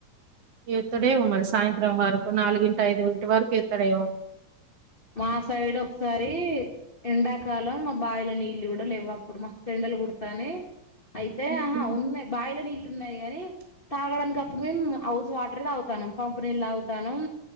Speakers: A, on the right; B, on the left.
A: ఎత్తడేవో
B: ఉమ్
A: మరి సాయంత్రం వరకు నాలుగింట ఐదు గంట వరకు ఎత్తడేవో
B: మా సైడ్ ఒకసారి దీ ఎండాకాలం మా బావిల నీళ్లు కూడా లేవు అప్పుడు మస్తు ఎండలు కుడుతానే అయితే
A: ఉమ్
B: ఆహా ఉన్నాయి బావిల నీళ్లు ఉన్నాయి గాని తాగడానికప్పుడు మేము హౌస్ వాటరే తాగుతాన్నం పంపునీళ్ళ తాగుతాన్నం